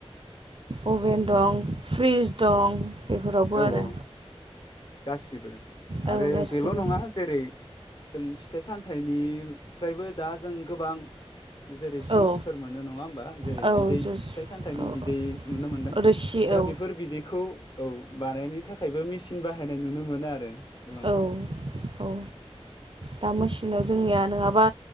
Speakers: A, on the right; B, on the left.
A: अभेन दं फ्रिज दं बेफोरावबो
B: औ
A: आरो।
B: औ गासिबो
A: औ
B: आरो
A: गासिबो
B: बेल' नङा जेरै जों फिथाइ सामथाइनिफ्रायबो दा जों गोबां जेरै जुसफोर
A: औ
B: मोनो नङा हबा जेरै
A: औ
B: बिदै
A: जुस
B: फिथाइ सामथाइनि
A: औ
B: बिदै नुनो मोनदों
A: रोसि
B: दा
A: औ
B: दा बेफोर बिदैखौ औ बानायनो थाखायबो मेचिन बाहायनाय नुनो मोनो आरो गोबां
A: औ औ दा मेसिनाव जोंनिया नङाबा